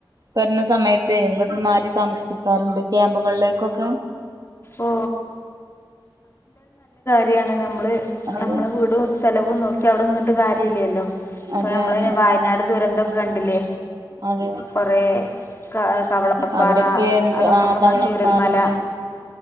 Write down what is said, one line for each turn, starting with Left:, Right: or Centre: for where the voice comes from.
Right: വെര്ന്ന സമയ ത്ത് ഇവട്ന്ന് മാറി താമസിപ്പിക്കാറുണ്ട് ക്യാമ്പുകളിലേക്കൊക്കെ
Left: ഓ ര്യാണ് ന മ്മള്
Right: അതെ
Left: ഞമ്മളെ വീടും സ്ഥലവും നോക്കി അവ്ടെ നിന്ന്ട്ട് കാര്യല്ലല്ലോ
Right: അതെ
Left: പ്പം ഞമ്മളെ
Right: അതെ
Left: വയനാട് ദുരന്തൊക്കെ കണ്ട്ല്ലേ
Right: അതെ
Left: കെറേ കവള പ്പാറ
Right: അവിടൊക്കെ എന്ത്
Left: അതൊക്കെ
Right: ആ
Left: നമ്മ
Right: തവളപ്പാറത്
Left: ചുരൽമല